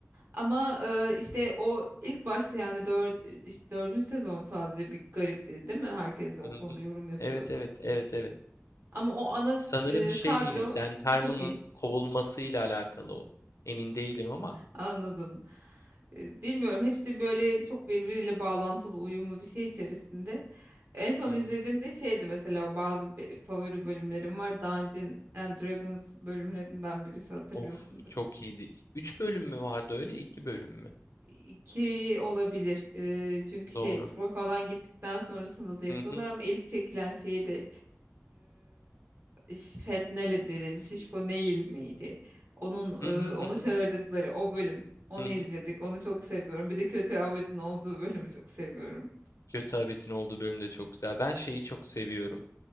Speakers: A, on the right (about 55°); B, on the left (about 85°).
A: Ama e, işte o ilk başta yani dör, işte dördüncü sezon sadece bir garipti değil mi? Herkes de o
B: hı
A: konuda
B: hı.
A: yorum yapıyordu.
B: Evet evet, evet evet.
A: Ama o ana
B: Sanırım
A: e,
B: şey
A: kadro
B: yine Dan Harmon'ın
A: çok iyi.
B: kovulmasıyla alakalı o. Emin değilim ama.
A: Anladım. E, bilmiyorum hepsi böyle çok birbiriyle bağlantılı, uyumlu bir şey içerisinde. En son
B: Hı
A: izlediğimde
B: hı.
A: şeydi mesela o bazı be- favori bölümlerim var. Dungeons and Dragons bölümlerinden birisi hatırlıyorsundur.
B: Of çok iyiydi. 3 bölüm mü vardı öyle 2 bölüm mü?
A: İki olabilir. E, çünkü şey
B: Doğru.
A: Troy falan gittikten sonrasında da yapıyorlar
B: Hı hı.
A: ama ilk çekilen şeydi. Ş- Fetnele dediğimiz Şişko Neil miydi? Onun
B: Hı hı
A: e, onu
B: hı hı.
A: çağırdıkları o bölüm. Onu
B: Hı hı.
A: izledik. Onu çok seviyorum. Bir de kötü Abed'in olduğu bölümü çok seviyorum.
B: Kötü Abet'in olduğu bölüm de çok güzel. Ben şeyi çok seviyorum.